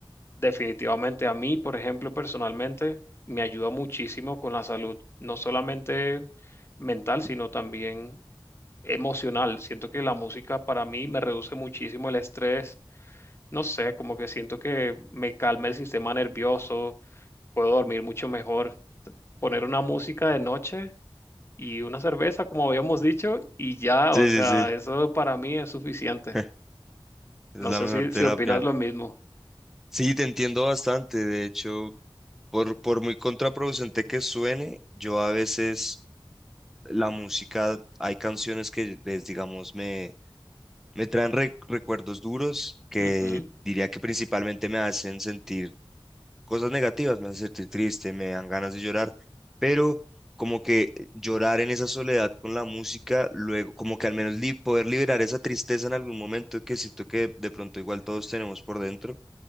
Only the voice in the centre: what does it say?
Sí,
sí, sí,
<laughs> es
la
mejor
terapia.
Sí, te entiendo bastante. De hecho, por, por muy contraproducente que suene, yo a veces la música, hay canciones que, pues, digamos, me, me traen re- recuerdos duros que
diría que principalmente me hacen sentir cosas negativas me hacen sentir triste, me dan ganas de llorar, pero como que eh, llorar en esa soledad con la música, luego, como que al menos li- poder liberar esa tristeza en algún momento que siento que de pronto igual todos tenemos por dentro,